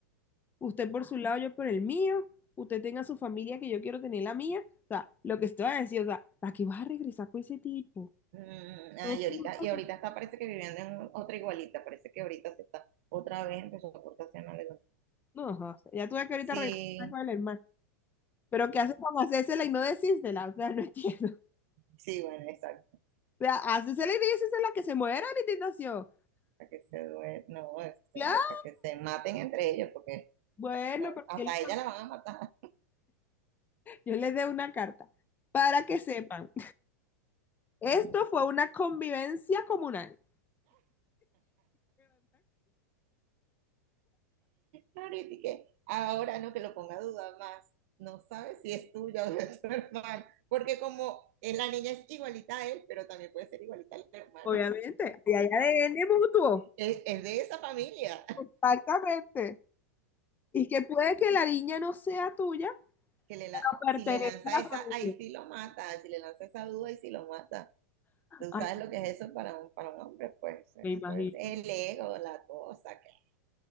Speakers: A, on the left; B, on the right.
A: usted por su lado, yo por el mío, usted tenga su familia que yo quiero tener la mía, o sea, lo que estoy a decir, o sea, ¿para qué vas a regresar con ese tipo?
B: Mm, ah,
A: No,
B: y
A: te
B: ahorita,
A: importa.
B: y ahorita está, parece que viviendo en otra igualita, parece que ahorita se está otra vez empezó a portarse mal.
A: No, o sea, ya tuve que ahorita
B: Sí,
A: regresar con el hermano, pero ¿qué haces con hacérsela y no decírsela? O sea, no entiendo.
B: sí, bueno, exacto.
A: sea, haces el inicio y es la que se muera la indignación.
B: para que se due- no, este,
A: Claro,
B: para que se maten entre ellos, porque
A: bueno,
B: no,
A: porque
B: hasta ella la van a matar.
A: yo les dé una carta para que sepan. Esto
B: Mm.
A: fue una convivencia comunal.
B: Ahorita y que ahora no que lo ponga a dudar más, no sabe si es tuya o de tu hermano, porque como es la niña es igualita a él, pero también puede ser igualita al hermano,
A: Obviamente, y hay ADN mutuo.
B: es, es de esa familia,
A: Exactamente. Y que puede que la niña no sea tuya,
B: que le la-
A: pero
B: si
A: pertenece
B: le lanza
A: a
B: esa,
A: la familia.
B: ahí sí lo mata, si le lanza esa duda, ahí sí lo mata. Tú
A: Ay,
B: sabes lo que es eso para un, para un hombre, pues eso
A: me imagino.
B: es el ego, la cosa, que